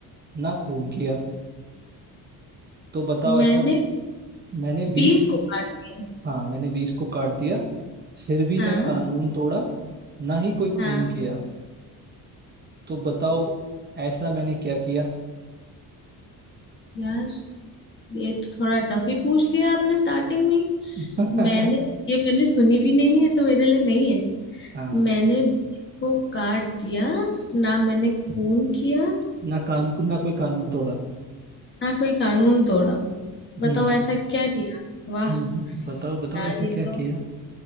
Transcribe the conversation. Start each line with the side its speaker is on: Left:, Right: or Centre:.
Right: ना खून किया तो बताओ
Left: मैंने
Right: ऐसा मैंने
Left: बीस
Right: बीस
Left: को काट दिया
Right: हाँ मैंने बीस को काट दिया फिर भी
Left: हाँ
Right: ना कानून तोड़ा ना ही कोई
Left: हाँ
Right: खून किया तो बताओ ऐसा मैंने क्या किया
Left: यार ये तो थोड़ा टफ ही पूछ लिया आपने स्टार्टिंग में ही।
Right: <laughs>
Left: मैंने ये मैंने सुनी भी नहीं है तो मेरे लिए नहीं है
Right: हाँ
Left: मैंने बीस को काट दिया ना मैंने खून किया
Right: ना कानून ना कोई कानून तोड़ा
Left: ना कोई कानून तोड़ा बताओ
Right: हम्म
Left: ऐसा क्या किया वाह
Right: हम्म हम्म, बताओ बताओ
Left: यार
Right: ऐसा
Left: ये
Right: क्या
Left: तो
Right: किया